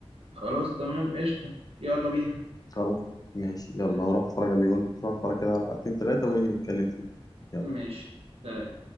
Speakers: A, on the right; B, on the left.
A: خلاص تمام قشطة يلا بينا
B: خلاص ماشي يلا
A: آه،
B: نروح اتفرج عليه وانت تروح اتفرج كده على حلقتين ثلاثه ونيجي نتكلم فيه يلا
A: ماشي سلام